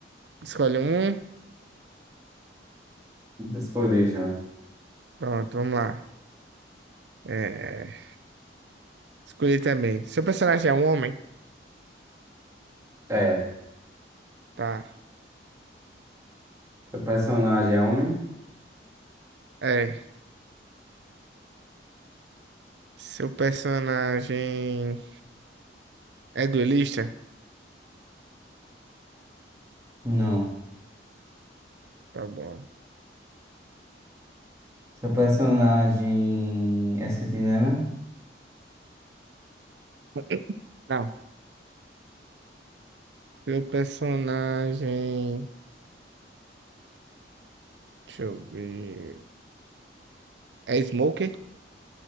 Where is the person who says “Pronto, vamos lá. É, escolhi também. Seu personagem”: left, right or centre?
Right